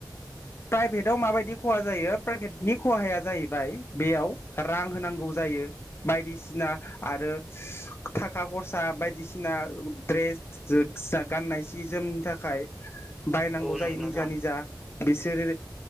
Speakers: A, on the left; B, in the centre.
A: प्राइभेटआव माबायदि खहा जायो प्राइभेटनि खहाया जाहैबाय बेयाव रां होनांगौ जायो बायदिसिना आरो थाखा खरसा बायदिसिना द्रेस <unintelligible> गाननाय सि जोमनि थाखाय बायनांगौ
B: औ
A: जायो
B: नंगौ
A: निजा
B: नोंथां
A: निजा बिसोर